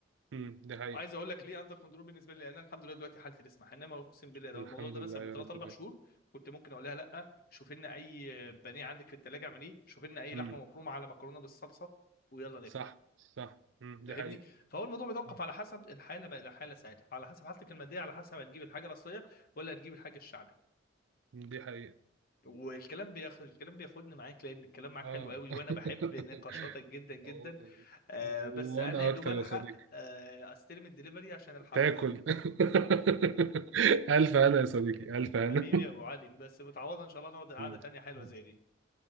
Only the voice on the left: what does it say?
وعايز اقول لك ليه اندر كنترول بالنسبه لي لان انا الحمد لله دلوقتي حالتي تسمح انما اقسم بالله لو
الموضوع ده
مثلا من
3
4 شهور كنت ممكن اقول لها لا شوف لنا اي بانيه عندك في الثلاجه اعمليه شوف لنا اي
لحمه مفرومه على مكرونه بالصلصه ويلا ناكل
فاهمني
فهو الموضوع بيتوقف
على حسب الحاله ما الى حاله ساعتها على حسب حالتك الماديه على حسب هتجيب الحاجه الاصليه ولا هتجيب الحاجه الشعبي
والكلام بياخد الكلام بياخدني معاك لان الكلام معاك
حلو قوي
وانا بحب نقاشاتك جدا جدا
آه
بس انا يا دوب
الحق
آه استلم الدليفري عشان الحق
اروح <laughs>
حبيبي
يا ابو علي بس متعوضه ان شاء الله نقعد قعده تانيه
حلوه زي دي